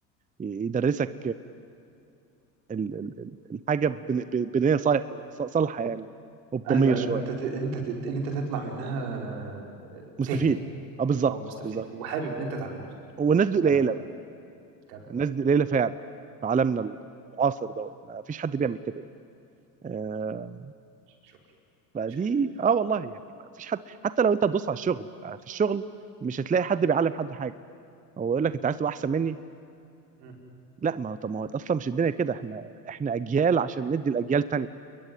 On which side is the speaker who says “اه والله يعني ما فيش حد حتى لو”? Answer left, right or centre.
Right